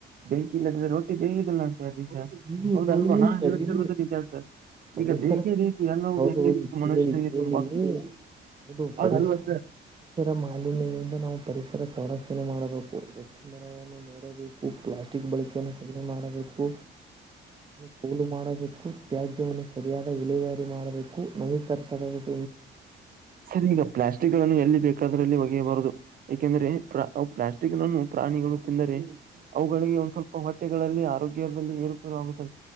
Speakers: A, on the right; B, on the right.
A: ಬೆಂಕಿ ಇಲ್ಲದ್ರೆ ರೊಟ್ಟಿ ಬೇಯೋದಿಲ್ಲ ನಿಜ
B: ನೀವು
A: ಹೌದಲ್ವ ಅಣ್ಣ ನಾನ್
B: ಸರಿನೇ
A: ಹೇಳ್ತಿರುವುದೂ ನಿಜ ಸರ್
B: ಪರಿಸರ
A: ಈಗ ಬೆಂಕಿ <unintelligible> ಎಲ್ಲವೂ
B: ಹೌದು
A: ಬೇಕು ಬೇಕೇ
B: ಹೌದು ಕೇಳಿ
A: ಮನುಷ್ಯನಿಗೆ
B: ಕೇಳಿ
A: ತುಂಬಾ
B: ಹೌದು ಬರಿ
A: ಹಾಗಲ್ವಾ ಸರ್
B: ಪರಿಸರ ಮಾಲಿನ್ಯದಿಂದ ನಾವು ಪರಿಸರ ಸಂರಕ್ಷಣೆ ಮಾಡಬೇಕು <unintelligible> ನಾನು ನೆಡಬೇಕು ಪ್ಲಾಸ್ಟಿಕ್ ಬಳಕೆಯನ್ನು ಕಡಿಮೆ ಮಾಡಬೇಕು ಪೂಲ್ ಮಾಡಬೇಕು ಟ್ಯಾಗ್ ಸರಿಯಾದ ಇಲಿವರಿ ಮಾಡಬೇಕು ನಮೀಕರಿ <unintelligible>
A: ಸರ್ ಈಗ ಪ್ಲಾಸ್ಟಿಕ್ ಗಳನ್ನು ಎಲ್ಲಿ ಬೇಕ ಪಕ್ಕದ್ರಲ್ಲಿ ಒಗೆಯಬಾರದು ಏಕೆಂದ್ರೆ ಪ್ಲಾಸ್ಟಿಕ್ ನನ್ನು ಪ್ರಾಣಿಗಳು ತಿಂದರೆ ಅವುಗಳಿಗೆ ಒಂದ್ ಸ್ವಲ್ಪ ಹೊಟ್ಟೆಗಳಲ್ಲಿ ಆರೋಗ್ಯ ದಲ್ಲಿ ಏರು <unintelligible>